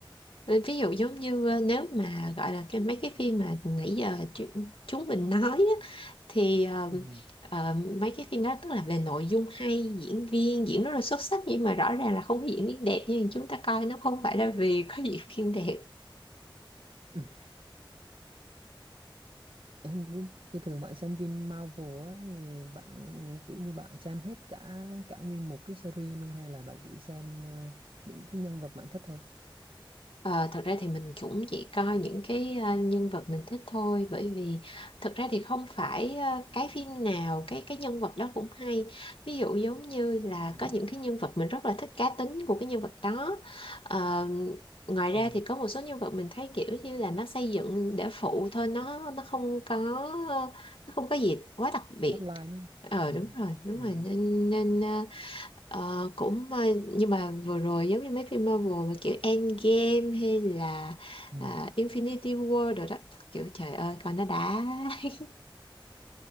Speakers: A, on the left; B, on the right.
A: ví dụ giống như ờ, nếu mà gọi là cái mấy cái phim mà nãy giờ chu- chúng mình nói á, thì ờ,
B: ừ.
A: ờ, mấy cái phim đó tức là về nội dung hay diễn viên diễn rất là xuất sắc nhưng mà rõ ràng là không có diễn viên đẹp nhưng chúng ta coi nó không phải là vì có diễn viên đẹp
B: <clears throat> <coughs> như, như thường bạn xem phim Marvel á, thì bạn kiểu như bạn xem hết cả cả nguyên một cái series luôn hay là bạn chỉ xem ờ, những cái nhân vật bạn thích thôi
A: Ờ, thật ra thì mình cũng chỉ coi những cái ờ, nhân vật mình thích thôi bởi vì thật ra thì không phải ờ, cái phim nào cái cái nhân vật đó cũng hay ví dụ giống như là
B: Ừ.
A: có những cái nhân vật mình rất là thích cá tính của cái nhân vật đó Ờ, ngoài ra
B: Ừ.
A: thì có một số nhân vật mình thấy kiểu như là nó xây dựng để phụ thôi nó nó không có nó không có gì quá đặc biệt
B: Spotlight đúng không?
A: ờ
B: Ừ.
A: đúng rồi đúng
B: Ừ.
A: rồi nên nên ờ, Ờ, cũng ờ, nhưng mà vừa rồi giống như mấy phim Marvel mà kiểu Endgame hay là
B: Ừ.
A: à, Infinity War rồi đó kiểu trời ơi coi nó đã <laughs>